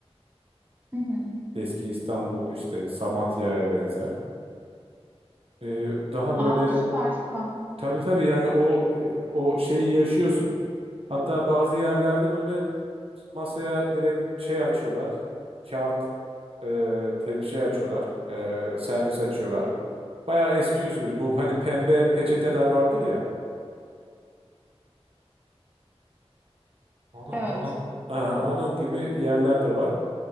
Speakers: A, on the right; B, on the right.
A: Hı hı.
B: Eski İstanbul işte Samatya'ya benzer. Ee, daha
A: Aa
B: böyle
A: süper süper.
B: tabii tabii yani o e, o şeyi yaşıyorsun. Hatta bazı yerlerde böyle masaya direkt şey açıyorlar. Kağıt e, te- şey açıyorlar. e, servis açıyorlar. Bayağı eski usul. Bu hani pembe peçeteler vardır ya. Onun
A: Evet.
B: onun Aha, onun gibi yerler de var.